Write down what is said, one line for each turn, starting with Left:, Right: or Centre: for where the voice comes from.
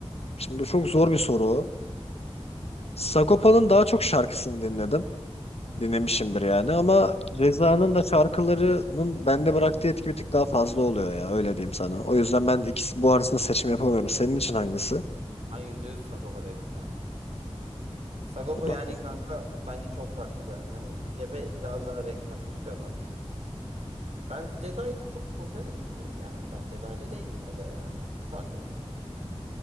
Left: şimdi çok zor bir soru o. Sagopa'nın daha çok şarkısını dinledim. Dinlemişimdir yani ama Ceza'nın da şarkılarının bende bıraktığı etki bir tık daha fazla oluyor ya öyle diyeyim sana. O yüzden ben ikisi bu arasında seçim yapamıyorum. Senin için hangisi?
Right: Ben yüzde yüz Sagopa derim ya kanka. Sagopa
Left: O da
Right: yani
Left: mı?
Right: kanka bence çok farklı bir hani rap'e biraz daha renk katmış bir adam. Ben Jedi çok konserine gittim. Yani ben Jedi'cı değilim aga yani. Sarmıyor beni.